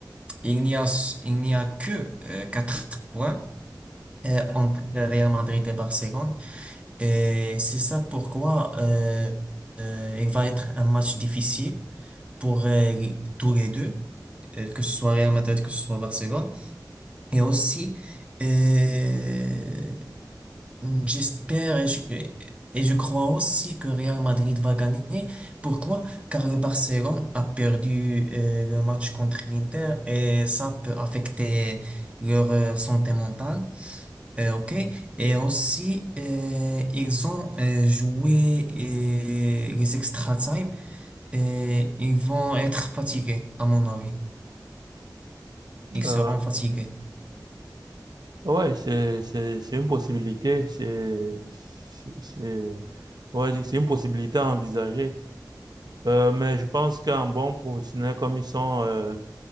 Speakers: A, on the right (about 15°); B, on the right (about 65°).
A: il n'y a, il n'y a que euh, quatre points euh, entre Real Madrid et Barcelone. Et c'est ça pourquoi euh, euh, il va être un match difficile pour euh, tous les deux, euh, que ce soit Real Madrid, que ce soit Barcelone. Et aussi, euh, Mm, J'espère et je, et et je crois aussi que Real Madrid va gagner. Pourquoi? Car le Barcelone a perdu euh, le match contre l'Inter et ça peut affecter leur euh, santé mentale. Euh, ok. Et aussi, euh, ils ont euh, joué euh, les extra time et ils vont être fatigués, à mon avis. Ils
B: Euh,
A: seront fatigués.
B: ouais, c'est, c'est, c'est une possibilité, c'est, c'est, c'est- on va dire que c'est une possibilité à envisager. Euh, mais je pense qu'en bon professionnel comme ils sont, euh,